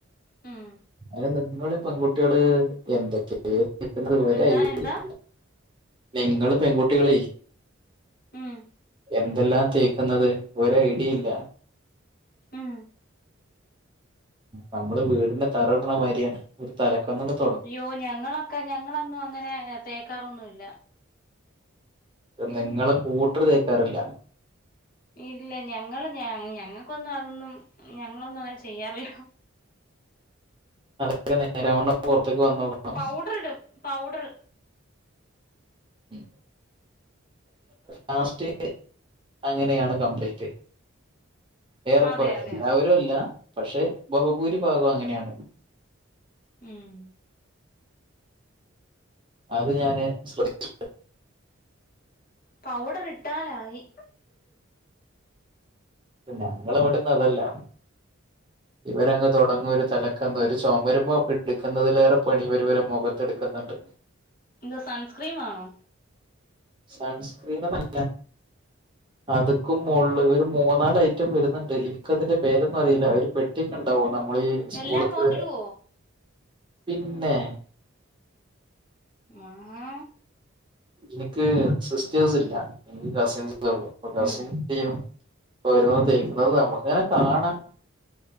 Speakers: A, on the left; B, on the right.
A: ഉം
B: അയ്ന് നിങ്ങള് ഈ പെൺ കുട്ട് കുട്ട്യാള് എന്തൊക്കേ തേക്കുന്നത് ഒരയ്ടേം
A: എന്താ
B: ഇല്ല്യ
A: എന്താ
B: നിങ്ങള് പെൺകുട്ടികളേ
A: ഉം
B: എന്തെല്ലാം തേക്ക്ന്നത് ഒരഐടീം ഇല്ല
A: ഉം
B: നമ്മള് വീടിന്റെ തറട്ണമാര്യാണ് ഒരു തലക്കന്നങ്ങ്
A: ഇയ്യോ ഞങ്ങളൊക്കെ ഞങ്ങളൊന്നും അങ്ങനെ തേക്കാറൊന്നു ഇല്ല
B: നിങ്ങള്കൂട്ടറ് തേക്കാറില്ല
A: ഇല്ല ഞങ്ങള് ഞ ഞങ്ങക്കൊന്നും അതൊന്നും ഞങ്ങളൊന്നും അങ്ങനെ ചെയ്യാറില്ല
B: അതൊക്കെ നേരാവണ്ണം പൊറത്ത്ക്ക് വന്നോക്കണം അവസ്
A: പൗഡറ്ടും പൗഡറ്
B: മ് ലാസ്റ്റ് അങ്ങനെയാണ് കംപ്ലയിന്റ് ഏറെക്കുറെ
A: അതെ അതെ
B: എല്ലാവരുംല്ല
A: അതെ
B: പക്ഷെ ബഹുഭൂരിഭാഗം അങ്ങനെയാണ്
A: ഉം
B: അത് ഞാന് ശ്രദ്ധിച്ച
A: പൗഡറിട്ടാലായി
B: പിന്നെ ഇങ്ങളവ്ടതൊന്നല്ലാ ഇവരങ്
A: ഉം
B: തൊടങ്ങും ഒരു തലക്ക- ക്കന്ന് ഒരു ചൊമര്മ്മേ ഇട്ക്ക്ന്നതിലേറേ പണി ഇവര് ഇവരെ മൊകത്ത്ട്ക്ക്ന്ന്ണ്ട്
A: ന്താ സൺസ്ക്രീം ആണോ?
B: സൺസ്ക്രീന്നല്ല അത്ക്കും മോൾല് ഇവരു മോ മൂന്നാലയ്റ്റം വരുന്നുണ്ട് ഇൻക്കതിന്റെ പേരൊന്നും അറില്ല. ഒര് പെട്ടിയൊക്കെ ഉണ്ടാവും നമ്മളീ സ്കൂള്ക്ക്
A: എല്ലാം മുഖത്തിടുവോ
B: പിന്നെ
A: ആഹാ
B: എനിക്ക് സിസ്റ്റേഴ്സ് ല്ല എനിക്ക് കസിൻസൊള്ളു അപ്പൊ കസിൻസെ
A: ഉം
B: ന്തെയ്യും ഓരോന്ന് തേക്ണത് നമ്ക്ക്ങ്ങനെ കാണാ.